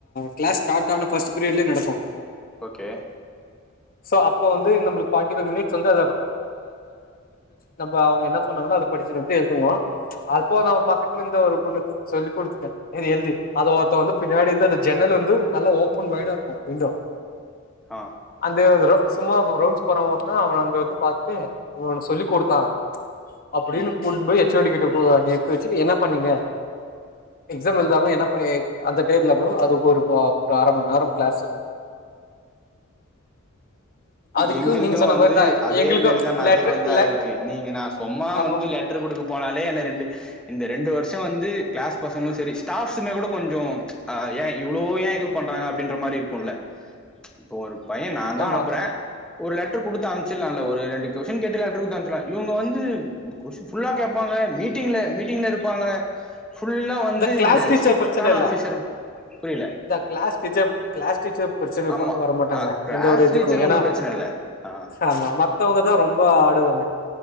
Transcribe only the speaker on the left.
கிளஸ் ஸ்டார்ட் ஆன ஃபர்ஸ்ட்ரியட்ய நடோம்
சோ அப்ப வந்து நம்ளுக்குார்ட்டிைவ் மிட்ஸ் வந்து ந அவங்க என்ன சொன்னாங்கன்ன அதை படிச்சிட்டு வந்து எழுதுவோம் அப்போ நம பக்கத்துல இரு ஒரு பொண்ணுக்கு சொல்லிக்டுட்டேன் எழுதி அத ஒருத்த வந்து பின்னாடி அது ஜன்னல் வந்து நல்லா ஓபன் வயடா இருக்கும் விண்டோ
அந்தேவந்தரு சும்மா அவ ரவுண்ட்ஸ் போறவங்கான் அவன் அங்க வந்து பாார்த்தட்டு இவன் சொல்லி கொடுத்தான் அப்படின்னு
கூ போய் ஹச்ஓடி கிட்ட எக்க வச்சு என்ன பண்ணீங்க எக்ஸாம் எழுதாம என்ன பண்ண அந்த டேத்துல போ அதுக்கு ஒரு ஒரு அரை மணி நேரம் கிளாஸ் அதுக்கு
நீங்க
சொன்ன
மாதிரி தான்
எங்களுக்கும்
லெட்டர்
லெட்
ஆமா
ஆமா
இந்த கிளாஸ் டீச்சர்
பிரச்சனை இல்ல
கிளாஸ் டீச்சர் கிளாஸ் டீச்சர் பிரச்சனை
வர மாட்டாங்க
எந்த ஒரு இதுக்கும்
ஏன்னா
ஆமா மவங்க தான் ரொம்ப ஆடுவாங்க